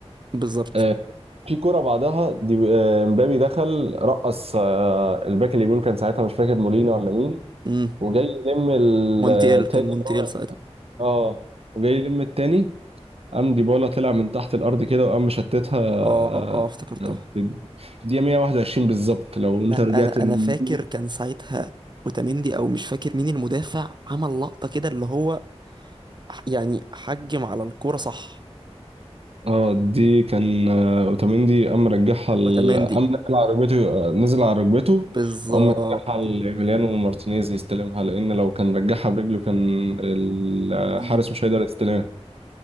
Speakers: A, on the right; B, on the right.
A: بالظبط
B: آه، في كرة بعدها دي آه، مبابي دخل رقص آه، الباك اليمين كان ساعتها مش فاكر مولينا ولا مين
A: امم
B: وجاي يلم التاني
A: مونتيل كان
B: اللي
A: مونتيل
B: هو
A: ساعتها
B: اه وجاي يلم التاني قام ديبالا طلع من تحت الارض كده وقام مشتتها آه،
A: اه اه افتكرتها
B: في الدقيقه 121 بالظبط لو
A: لا
B: انت رجعت
A: انا
B: ال...
A: انا فاكر كان ساعتها اوتاميندي او مش فاكر مين المدافع عمل لقطة كده اللي هو ح- يعني حجم على الكورة صح
B: اه دي كان آه، اوتاميندي قام رجعها ال...
A: اوتاميندي
B: قام نزل على ركبته آه، نزل على ركبته
A: بالظبط
B: وقام رجعها لإيميليانو مارتينيز يستلمها لان لو كان رجعها برجله كان الحارس
A: دي دي
B: مش هيقدر يستلمها